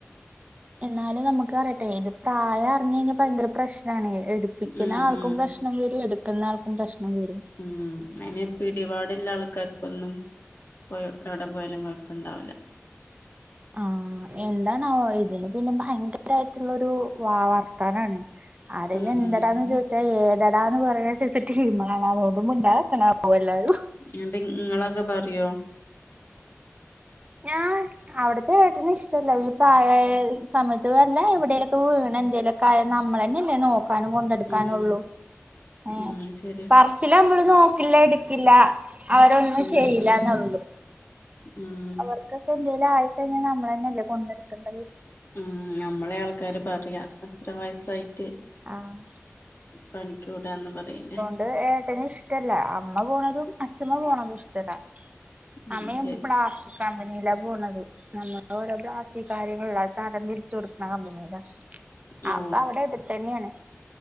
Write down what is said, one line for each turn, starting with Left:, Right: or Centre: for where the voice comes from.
Right: എന്നാലും നമുക്കറിയട്ടെ അയ്ൻ്റെ പ്രായർഞ്ഞഴിഞ്ഞാ പയങ്കര പ്രശ്നാണ് എട്പ്പിക്ക്ണാൾക്കും
Left: ഉം ഉം
Right: പ്രശ് നം വെരും എട്ക്ക്ന്നാൾക്കും പ്രശ്നം വെരും.
Left: ഉം അയ്ന് പിടിപാട്ല്ലാൾക്കാര്ക്കൊന്നും ഇപ്പോ എവടെ പോയാലും കൊഴപ്പണ്ടാവുല്ല.
Right: ആഹ് എന്താണാവൊ ഇതിന് പിന്നെ ഭയങ്കരായിട്ടുള്ളൊരു വളർത്താനാണ്. ആരെന്നെന്തെടാന്ന്
Left: ഉം
Right: ചോയിച്ചാ ഏതെടാന്ന് പറിന്നൊരു സൈസ് ടീമളാണവൊ പ്പോ മുണ്ടാക്കണ <unintelligible> എല്ലാരും
Left: ന്നട്ട് ഇങ്ങളൊക്കെ പറ്യോ?
Right: ഞാൻ അവ്ട്ത്തെ ഏട്ടന് ഇഷ്ടല്ല ഈ പ്രായായ സമയത്ത് വല്ല എവടേലൊക്കെ വീണെന്തേലൊ ക്കായ നമ്മളെന്നെല്ലേ നോക്കാനും കൊണ്ടെട്ക്കാനൊള്ളൂ
Left: ഉം
Right: ഏഹ്
Left: ഉം ശരി
Right: പറ് ച്ച്ല അമ്മള് നോക്കില്ല എട്ക്കില്ല അവരൊന്നും
Left: ഉം
Right: ചെയ്യില്ലന്നൊള്ളൂ.
Left: ഉം ഉം
Right: ഇക്കൊക്കെന്തേലും ആയിക്കഴിഞ്ഞാ നമ്മളന്നല്ലേ കൊണ്ടട്ക്കണ്ടത്.
Left: ഉം ഞമ്മളെ ആൾക്കാര് പറയാ അത്ര വയസായിട്ട്
Right: ആഹ്
Left: പണിക്ക് വിടാന്ന് പറയില്ലേ.
Right: അത് ഏട്ടനിഷ്ടല്ല അമ്മ പോണതും അച്ഛമ്മ പോണതുഷ്ടല്ല.
Left: ഉം
Right: അമ്മ ഈ
Left: ശരി
Right: പ്ലാസ്റ്റിക് കമ്പനിലാ പോണത് നമ്മളോരോ പ്ലാസ്റ്റിക് കാര്യങ്ങള് ള്ള തരം തിരിച്ചൊട്ക്ക്ണ കമ്പനിയിലാ
Left: ഓ
Right: അപ്പവടെട്ത്തെന്ന്യെണ്